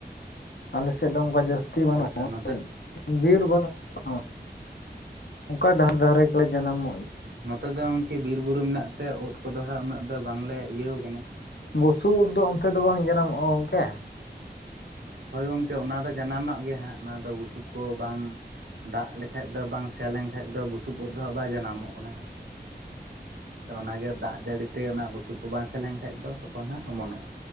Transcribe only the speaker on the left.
ᱟᱞᱮᱥᱮᱫ ᱫᱚ ᱚᱝᱠᱟ ᱡᱟᱹᱥ ᱛᱤ <unintelligible>
ᱵᱤᱨ ᱵᱟᱹᱱᱩᱜᱼᱟ ᱚᱝᱠᱟ ᱰᱟᱦᱟᱨ ᱫᱷᱟᱨᱮ ᱞᱮ ᱡᱟᱱᱟᱢᱚᱜ
ᱵᱩᱥᱩᱜ ᱩᱫ ᱫᱚ ᱚᱱᱛᱮ ᱫᱚ ᱵᱟᱝ ᱡᱟᱱᱟᱢᱚᱜᱼᱟ ᱜᱚᱝᱠᱮ?